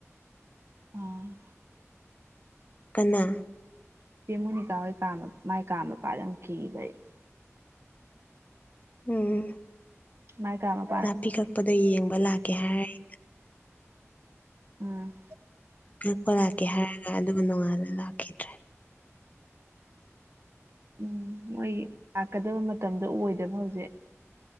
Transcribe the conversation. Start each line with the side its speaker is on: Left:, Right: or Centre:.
Right: ꯎꯝ
Left: ꯀꯅꯥ
Right: ꯃꯣꯅꯤꯀꯥ ꯍꯣꯏ ꯀꯥ ꯃꯥꯏ ꯀꯥ ꯃ ꯄꯥꯠꯂꯝ ꯀꯕꯩ
Left: ꯎꯝ
Right: ꯉꯥꯏ ꯀꯥꯃ
Left: ꯅꯥꯄꯤ ꯀꯛꯄꯗꯣ ꯌꯦꯡꯕ ꯂꯥꯛꯀꯦ ꯍꯥꯏꯔꯦ
Right: ꯎꯝ
Left: ꯑꯛꯄ ꯂꯥꯛꯀꯦ ꯍꯥꯏꯔꯒ ꯑꯗꯨ ꯅꯣꯡꯉꯥꯟꯅ ꯂꯥꯛꯈꯤꯗ꯭ꯔꯦ
Right: ꯎꯝ ꯃꯣꯏ ꯂꯥꯛꯀꯗꯕ ꯃꯇꯝꯗꯣ ꯑꯣꯏꯗꯕ ꯍꯧꯖꯤꯛ